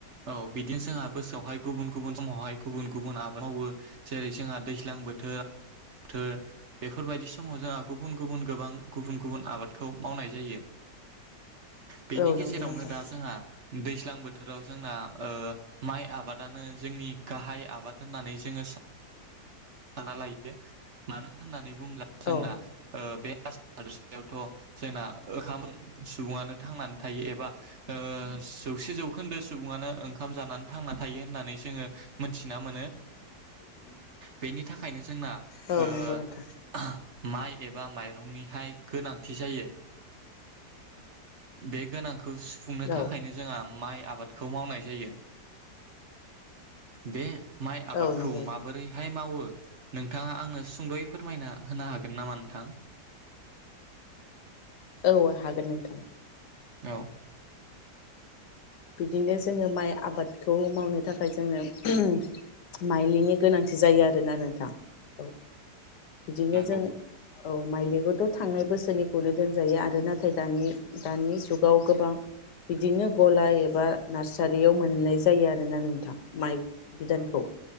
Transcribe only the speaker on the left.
औ नंगौ
नोंथां
औ
<inaudible>
औ
नंगौ नोंथां
औ
औ नंगौ
औ हागोन नोंथां
बिदिनो जोङो माइ आबादखौ मावनो थाखाय जोंनो <unintelligible> माइलिनि गोनांथि जायो आरोना नोंथां औ बिदिनो
जों औ माइलिखौथ' थांनाय बोसोरनिखौनो दोनजायो आरो नाथाय दानि दानि जुगाव गोबां बिदिनो गला ए बा नारसारियाव मोननाय जायो आरोना नोंथां माइ बिदानखौ